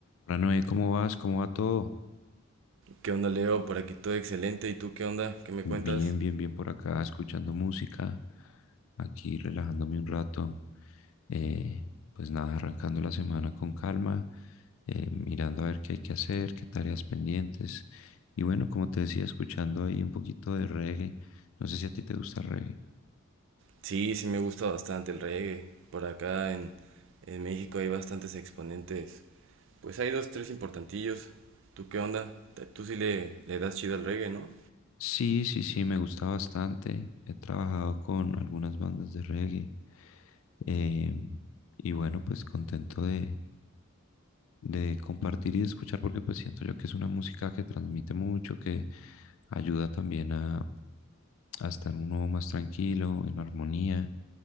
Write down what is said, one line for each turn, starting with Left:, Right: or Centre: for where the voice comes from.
Left: Hola Noé, ¿cómo vas? ¿Cómo va todo?
Right: ¿Qué onda, Leo? Por aquí todo excelente. ¿Y tú qué onda? ¿Qué me cuentas?
Left: Bien, bien, bien por acá, escuchando música, aquí relajándome un rato. eh, pues nada, arrancando la semana con calma, eh, mirando a ver qué hay que hacer, qué tareas pendientes. Y bueno, como te decía, escuchando ahí un poquito de reggae. No sé si a ti te gusta el reggae.
Right: Sí, sí me gusta bastante el reggae. Por acá en, en México hay bastantes exponentes. Pues hay dos, tres importantillos. ¿Tú qué onda? Te- Tú sí le, le das chido al reggae, ¿no?
Left: Sí, sí, sí, me gusta bastante. He trabajado con algunas bandas de reggae. eh, y bueno, pues contento de, de compartir y de escuchar, porque pues siento yo que es una música que transmite mucho, que ayuda también a, a estar uno más tranquilo, en armonía,